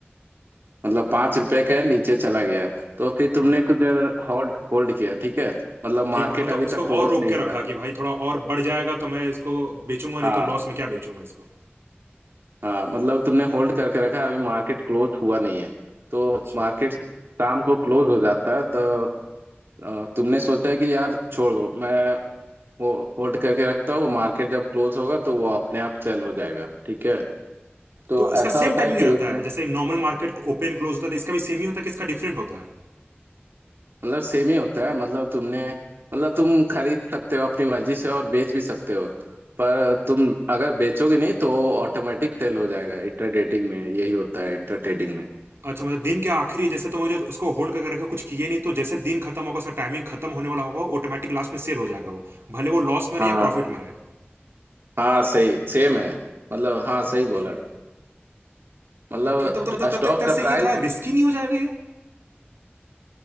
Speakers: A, on the right (about 65°); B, on the right (about 80°).
A: मतलब पांच रुपए के नीचे चला गया है। तो फिर तुमने
B: हाँ
A: कुछ होल्ड होल्ड किया ठीक है मतलब
B: ठीक
A: मार्केट
B: है मतलब
A: अभी
B: उसको
A: तक क्लोज
B: और रोक
A: नहीं
B: के
A: हुआ
B: रखा
A: है
B: कि भाई थोड़ा और बढ़ जाएगा तो मैं इसको बेचूंगा नहीं
A: हाँ
B: तो लॉस में क्या बेचूं मैं इसको
A: हाँ मतलब तुमने होल्ड करके रखा है, अभी मार्केट क्लोज हुआ नहीं है तो
B: अच्छा
A: मार्केट शाम को क्लोज हो जाता है तो अ, तुमने सोचा है कि यार छोड़ दो मैं वो होल्ड करके रखता हूँ मार्केट जब क्लोज होगा तो वो अपने आप सेल हो जाएगा ठीक है तो
B: तो इसका
A: ऐसा
B: सेम
A: होता
B: टाइमिंग
A: है कि
B: रहता
A: उसमें
B: है जैसे नॉर्मल मार्केट ओपन क्लोज होता है तो इसका भी सेम ही होता है कि इसका डिफरेंट होता है
A: मतलब सेम ही होता है मतलब तुमने मतलब तुम खरीद सकते हो अपनी मर्जी से और बेच भी सकते हो पर तुम अगर बेचोगे नहीं तो ऑटोमेटिक सेल हो जाएगा इंटर डेटिंग में यही होता है इंटर ट्रेडिंग में
B: अच्छा मतलब दिन के आखिरी जैसे तुम अगर उसको होल्ड करके रखे कुछ किए नहीं तो जैसे दिन खत्म होगा उसका टाइमिंग खत्म होने वाला होगा ऑटोमेटिक लास्ट में सेल हो जाएगा वो भले वो लॉस में रहे
A: हाँ
B: या प्रॉफिट में रहे
A: हाँ सही सेम है मतलब हाँ सही
B: ओके
A: बोला मतलब
B: ओके तब तब तब तब
A: स्टॉक
B: तक एक तरह
A: का
B: से ये
A: प्राइस
B: थोड़ा रिस्की नहीं हो जाएगा ये